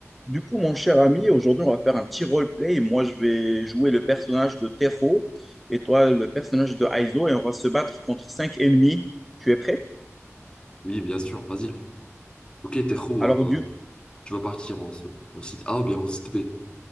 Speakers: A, in the centre; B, on the left.
A: Du coup, mon cher ami, aujourd'hui, on va faire un petit roleplay. Moi, je vais jouer le personnage de Tero et toi, le personnage de Aizo, et on va se battre contre cinq ennemis. Tu es prêt?
B: Oui, bien sûr, vas-y. Ok, Tejo,
A: Alors, du
B: euh, tu vas partir en, en site A ou bien en site B.